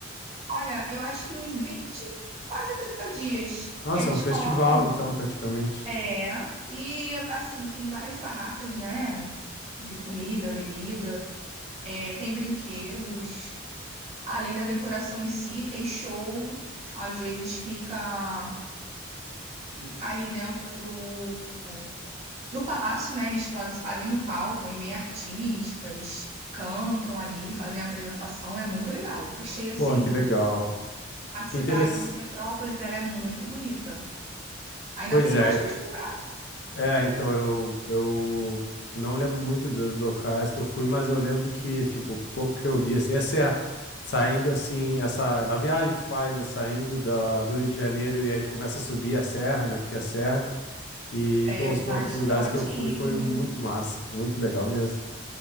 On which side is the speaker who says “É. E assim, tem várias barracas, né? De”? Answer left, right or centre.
Right